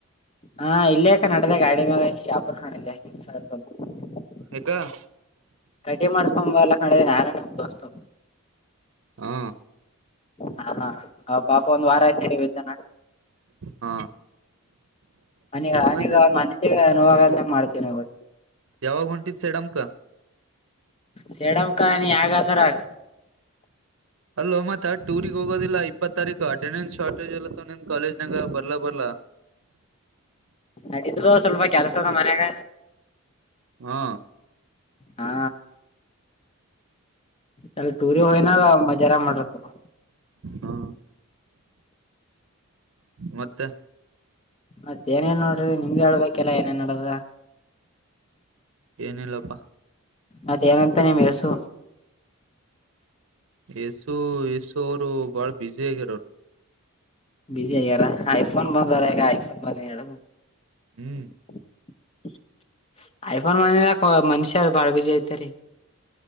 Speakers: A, on the left (about 25°); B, on the right (about 60°).
A: ಹಾ ಇಲ್ಲಿ ಯಾಕ ನಡೆದೆ ಗಾಡಿ ಮ್ಯಾಲ ಶಪುರಕ ನಡಿದೆ <unintelligible>
B: <unintelligible>
A: ಕಟಿಂಗ್ ಮಾಡಸ್ಕೊಂಬ ಎಲ್ಲ ಕಣೆ ನಾನು ನಮ್ ದೋಸ್ತು.
B: ಹಾ
A: ಹಾ ಹಾ ಪಾಪ ಒಂದ ವಾರ ಅಯ್ತೀನ್ ಇದ್ದಾನ.
B: ಹಾ
A: ಅವನೀಗ
B: ಮತ್ತೆ
A: ಅವನೀಗ ಮನ್ಸಿಗೆ ನೋವಾಂಗಂಗಾ ಮಾಡ್ತೇ ನೋಡು.
B: ಯಾವಾಗ ಹೊಂಟಿದೀ ಸೇಡಮ್ಕ.
A: ಸೇಡಂಕ ನೀ ಯಾಗ ಅಂದಿ ಅಗ.
B: ಅಲೋ ಮತ್ತ ಟೂರ್ಗ್ ಹೋಗೋದಿಲ್ಲ ಇಪ್ಪತ್ ತಾರೀಕು ಅಟೆಂಡೆನ್ಸ್ ಶಾರ್ಟೇಜ್ ಎಲ್ಲತ್ತ ನಿನ್ ಕಾಲೇಜ್ನಾಗ ಬರ್ಲಕ ಬರ್ಲಾ.
A: ನಡೀತಾದೋ ಸ್ವಲ್ಪ ಕೆಲ್ಸ ಆದ ಮನ್ಯಾಗ.
B: ಹಾ
A: ಹಾ ಏಲ್ಲ ಟೂರಿ ಹೋಗಿನ ಮಜಾರ ಮಾಡಬೇಕಪ್ಪ.
B: ಹಾ ಮತ್ತೆ
A: ಮತ್ತ ಏನೇ ಇಲ್ಲ ನೋಡ್ರಿ ನಿಮ್ದು ಹೇಳ್ಬೇಕಲ್ಲ ಏನೇನ್ ನಡೆದಾದ.
B: ಏನಿಲ್ಲಪ್ಪಾ.
A: ಮತ್ತೆ ಏನಂತ ನಿಮ ಎಸು.
B: ಯೇಸು ಯೇಸು ಅವ್ರು ಬಾಳ್ ಬ್ಯುಸಿ ಆಗ್ಯಾರ ಅವ್ರು.
A: ಬ್ಯುಸಿ ಆಗ್ಯಾರ ಐಫೋನ್ ಬಂದರ್ ಐಫೋನ್ ಬಂದಗಿಂದ.
B: ಹ್ಮ್
A: <unintelligible> ಐಫೋನ್ ಬಂದಿದ ಮನುಷ್ಯ ಬಾಳ ಬ್ಯುಸಿ ಆಯ್ತು ರೀ.